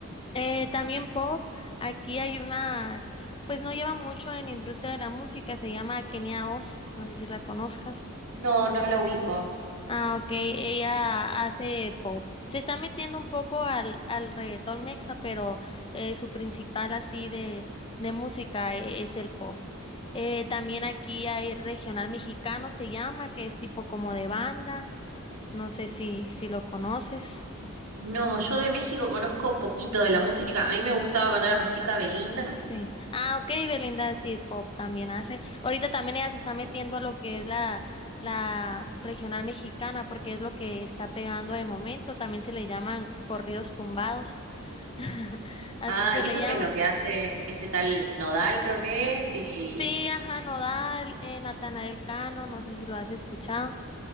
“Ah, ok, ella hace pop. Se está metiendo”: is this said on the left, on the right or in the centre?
Left